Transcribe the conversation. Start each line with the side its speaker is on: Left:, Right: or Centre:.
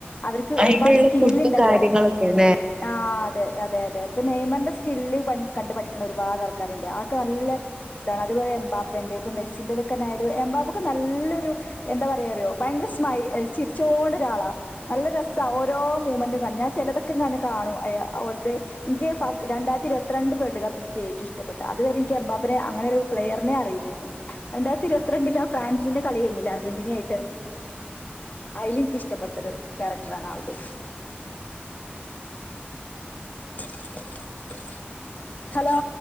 Left: അവർക്ക്
Right: അയിനുള്ള
Left: ഒരുപാട് സ്കില്
Right: ഫുഡും
Left: ഉണ്ടല്ലോ
Right: കാര്യങ്ങളൊക്കെയാണ്
Left: ആഹ് അതെ അതെ അതെ ഇപ്പൊ നെയ്മറിന്റെ സ്കില് കണ്ട് പഠിക്കണ ഒരുപാട് ആൾക്കാരുണ്ട് അതൊക്കെ നല്ല ഇതാണ് അതുപോലെ എമ്പാപെന്റ ഇപ്പൊ മെസ്സിന്റെറതക്കെന്നായാലും എംമ്പാപ്പ്ക്ക് നല്ലൊരു എന്താ പറയാറിയോ ഭയങ്കര സ്മ ചിരിച്ചോണ്ടൊരാളാ നല്ല രസവാ ഓരോ മൂമ്മെന്റും കാണും ഞാൻ ചിലതൊക്കെ ഇങ്ങനെ കാണും അലെ ഓലത് എനിക്ക് ഫ രണ്ടായിരത്തിയിരുപത്തിരണ്ട് വേൾഡ് കപ്പിലേക്ക് ഏറ്റവും ഇഷ്ടപ്പെട്ട അതുവരെ എനിക്ക് എമ്പാപ്പെന അങ്ങനെ ഒരു പ്ലെയറിനെ അറിയില്ലായിരുന്നു. രണ്ടായിരത്തി ഇരുപത്തിരണ്ടില് ആ ഫ്രാൻസിന്റെ കളി കഴിഞ്ഞില്ലേ അർജന്റീന ആയിട്ട് അയില് എനിക്ക്‌ ഇഷ്ടപ്പെട്ടൊരു ക്യാരക്ടറാണ് ആൾടത് <inaudible> ഹലോ